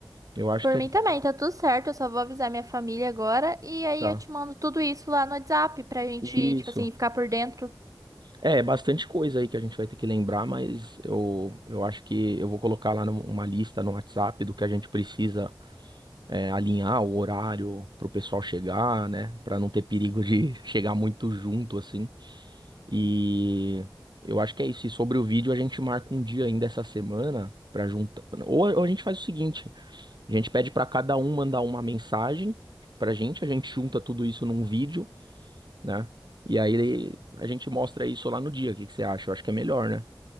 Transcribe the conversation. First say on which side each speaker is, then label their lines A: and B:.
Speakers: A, on the right (about 60°); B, on the right (about 45°).
A: Eu acho
B: Por
A: que a
B: mim
A: gente
B: também, tá tudo certo. Eu só vou avisar minha família agora e aí
A: tá.
B: eu te mando tudo isso lá no WhatsApp pra gente,
A: Isso.
B: tipo assim, ficar por dentro.
A: É, é bastante coisa aí que a gente vai ter que lembrar, mas eu, eu acho que eu vou colocar lá num- uma lista no WhatsApp do que a gente precisa é, alinhar o horário pro pessoal chegar, né? Pra não ter perigo de <laughs> chegar muito junto, assim. E eu acho que é isso. E sobre o vídeo, a gente marca um dia ainda essa semana pra juntar. Ou, a ou a gente faz o seguinte: a gente pede pra cada um mandar uma mensagem pra gente, a gente junta tudo isso num vídeo, né? E aí a gente mostra isso lá no dia. O que que você acha? Eu acho que é melhor, né?